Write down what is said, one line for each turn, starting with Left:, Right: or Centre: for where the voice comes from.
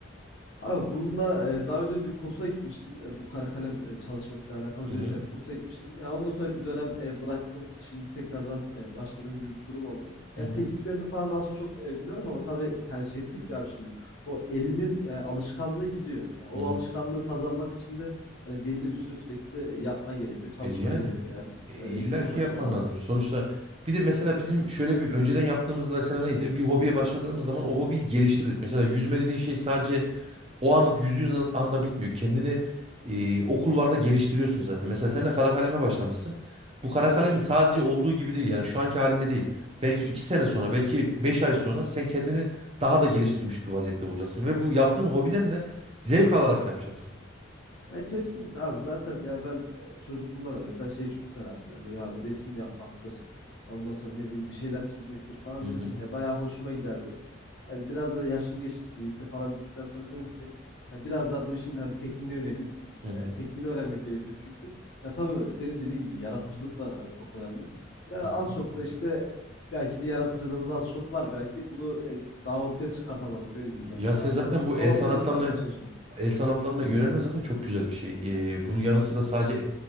Left: Abi bununla, eee, daha önce bir kursa gitmiştim. Eee, bu kara kalem, eee, çalışmasıyla alakalı
Right: Hı
Left: bir,
Right: hı.
Left: eee, kursa gitmiştim. Ya, ondan sonra bir dönem, eee, bıraktım. Şimdi tekrardan, eee, başladığım gibi bir durum oldu.
Right: Hı
Left: Ya,
Right: hı.
Left: tekniklerini falan az çok, eee, biliyorum ama tabii, yani, şey dedik ya abi şimdi, o elinin, eee, alışkanlığı gidiyor. Ya, o
Right: Hı hı.
Left: alışkanlığı kazanmak için de, hani, belli bir süre sürekli, eee, yapman gerekiyor, çalışman
Right: E yani
Left: gerekiyor yani.
Right: e, illa
Left: Öyle bir durum
Right: ki
Left: var
Right: yapman
Left: yani abi.
Right: lazım. Sonuçta bir de mesela bizim şöyle bir önceden yaptığımız mesela neydi? Bir hobiye başladığımız zaman o hobiyi geliştirdik. Mesela yüzme dediğin şey sadece o anlık yüzdüğün an- anda bitmiyor. Kendini e, o kulvarda geliştiriyorsun zaten. Mesela sen de kara kaleme başlamışsın. Bu kara kalemi sadece olduğu gibi değil yani şu anki haline değil. Belki iki sene sonra belki beş ay sonra sen kendini daha da geliştirmiş bir vaziyette bulacaksın. Ve bu yaptığın hobiden de zevk alarak yapacaksın.
Left: Ya kesinlikle abi zaten ya ben e, çocukluğumda da mesela şeyi çok severdim ya böyle abi resim yapmaktır. Ondan sonra ne bileyim bir şeyler çizmektir falan
Right: Hı
Left: benim
Right: hı.
Left: ya bayağı hoşuma giderdi. Yani biraz da yaşım geçtikçe lise falan bittikten sonra dedim ki ya biraz daha bu işin hani tekniğine yöneleyim.
Right: Hı
Left: E, tekniğini öğrenmek gerekiyor çünkü. Ya tabii senin dediğin gibi yaratıcılık da e, çok önemli. Ya
Right: hı.
Left: az çok da işte belki de yaratıcılığımız az çok var. Belki bunu e, daha ortaya çıkartamadık öyle diyeyim ben
Right: Ya
Left: sana
Right: sen
Left: abi.
Right: zaten bu
Left: Ve
Right: el
Left: ortaya
Right: sanatlarına
Left: çıkartmaya çalışıyorum.
Right: el sanatlarına
Left: E,
Right: yönelme zaten çok güzel bir şey. Ee, bunun yanı sıra
Left: Evet.
Right: sadece